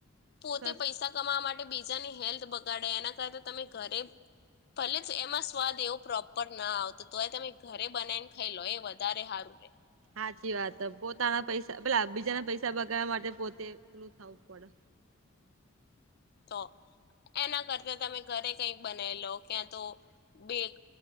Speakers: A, on the left (about 50°); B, on the right (about 75°).
A: પોતે
B: સસ
A: પૈસા કમાવવા માટે બીજાની હેલ્થ બગાડે એના કરતા તમે ઘરે ભલે જ એમાં સ્વાદ એવો પ્રોપર ના આવતો, તોય તમે ઘરે બનાઈને ખાઈ લો એ વધારે હારું હે.
B: હાચી વાત હે. પોતાના પૈસા પેલા બીજાના પૈસા બગાડવા માટે પોતે <inaudible> થવું પડે.
A: તો એના કરતા તમે ઘરે કંઈક બનાઈ લો. ક્યાં તો બેક